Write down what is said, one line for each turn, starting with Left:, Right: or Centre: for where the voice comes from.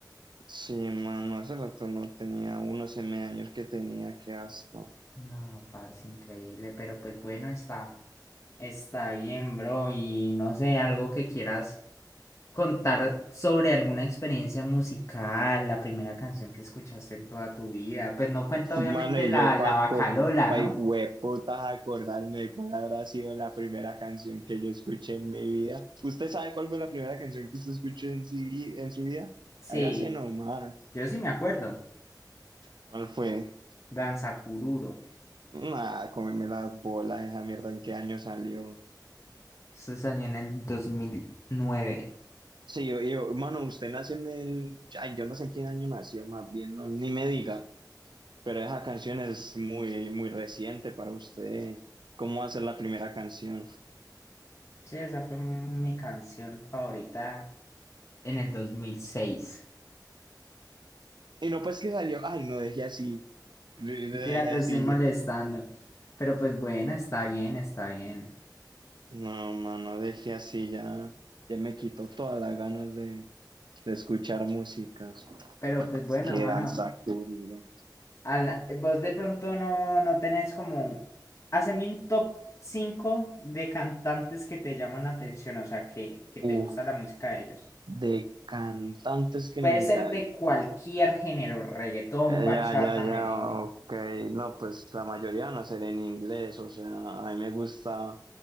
Right: Sí, mano, hace rato no tenía unos M años que tenía, qué asco.
Left: No, parce, increíble. Pero pues bueno, está, está bien, bro. Y no sé, algo que quieras contar sobre alguna experiencia musical, la primera canción que escuchaste en toda tu vida. Pues no cuenta,
Right: <laughs> Mano,
Left: obviamente,
Right: y
Left: la,
Right: yo, Paco,
Left: la Bacalola,
Right: pa'
Left: ¿no?
Right: hijo de putas, acordarme de cuál habrá sido la primera canción que yo escuché en mi vida. ¿Usted sabe cuál fue la primera canción que usted escuchó en, su vi- en su vida?
Left: Sí,
Right: Hágase nomás.
Left: yo sí me acuerdo.
Right: ¿Cuál fue?
Left: Danza Cururo.
Right: Nada, cómeme las bolas, esa mierda, ¿en qué año salió?
Left: Eso salió en el dos mil nueve
Right: Sí, yo, yo, mano, usted nació en el... Ay, yo no sé en qué año nació, más bien, no, ni me diga. Pero esa canción es muy, muy reciente para usted. ¿Cómo va a ser la primera canción?
Left: Sí, esa fue mi canción favorita en el dos mil seis
Right: Y no, pues que salió. Ay, no dejé así. No
Left: Mentira,
Right: dejé
Left: te
Right: así
Left: estoy molestando.
Right: ya.
Left: Pero pues bueno, está bien, está bien.
Right: No, mano, dejé así ya. Ya me quitó todas las ganas de, de escuchar música.
Left: Pero
Right: Es
Left: pues bueno,
Right: que
Left: mano,
Right: danza duro.
Left: a la- vos de pronto no, no tenés como... Haceme un top 5 de cantantes que te llaman la atención, o sea, que, que te
Right: Uf,
Left: gusta la música de ellos.
Right: de cantantes que
Left: Puede
Right: me.
Left: ser
Right: digan
Left: de cualquier
Right: eh,
Left: género, reggaetón,
Right: Ya,
Left: bachata,
Right: ya, ya,
Left: merengue.
Right: ok. No, pues la mayoría no será en inglés. O sea, a mí me gusta